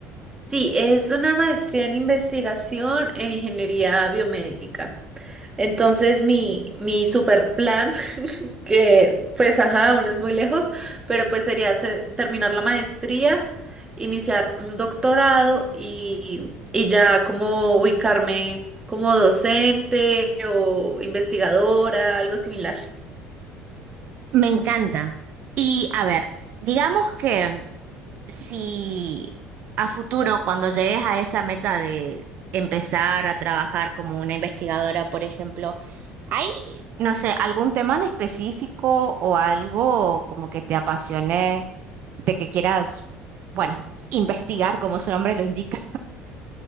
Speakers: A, on the right; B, on the right.
A: Sí, es una maestría en investigación en ingeniería biomédica. Entonces, mi, mi super plan, <laughs> que pues, ajá, aún es muy lejos, pero pues sería hacer- terminar la maestría, iniciar un doctorado y, y ya como ubicarme como docente o investigadora, algo similar.
B: Me encanta. Y a ver, digamos que si a futuro, cuando llegues a esa meta de empezar a trabajar como una investigadora, por ejemplo, ¿hay, no sé, algún tema en específico o algo como que te apasione de que quieras, bueno, investigar como su nombre lo indica?